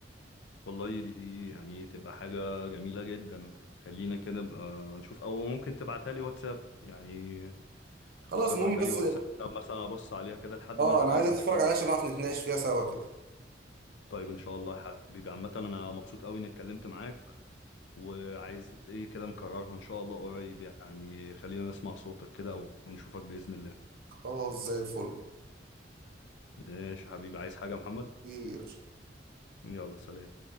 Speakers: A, on the left (about 80°); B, on the right (about 55°).
A: والله دي يعني تبقى حاجة جميلة جدا خلينا كده نبقى نشوف أو ممكن تبعتها لي واتساب يعني
B: خلاص
A: ابعتها
B: المهم بس
A: لي واتساب مثلا أبص عليها كده لحد
B: اه
A: ما نتقابل
B: انا عايز اتفرج
A: إن شاء الله
B: عليها عشان نعرف نتناقش فيها سوا كده
A: طيب إن شاء الله يا حبيبي عامة أنا مبسوط أوي إني اتكلمت معاك وعايز إيه كده نكررها إن شاء الله قريب يعني خلينا نسمع صوتك كده أو نشوفك بإذن الله
B: خلاص زي الفل
A: ماشي يا حبيبي عايز حاجة يا محمد
B: حبيبي يا باشا.
A: يلا سلام